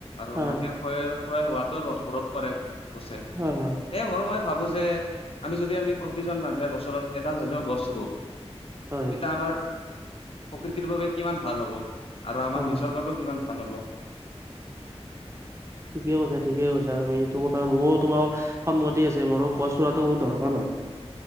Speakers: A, on the left; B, on the right.
A: আৰু
B: হয়
A: মাটিৰ খ ক্ৰয় হোৱাতো ৰোধ কৰে গছে।
B: হয় হয়।
A: এ মোৰ মতে ভাবোঁ যে আমি যদি আমি প্ৰতিজন মানুহে বছৰত এডাল হ'লেও গছ ৰুওঁ-
B: হয়
A: তেতিয়া আমাৰ প্ৰকৃতিৰ বাবে কিমান ভাল হ'ব- আৰু আমাৰ
B: হয়
A: নিজৰ বাবেও কিমান ভাল হ'ব।
B: ঠিকেই কৈছা ঠিকে কৈছা তুমি এইটো কথা, মোৰো তোমাৰ সন্মতি আছে, মোৰো গছ ৰোৱাটো বহুত দৰকাৰ হয়।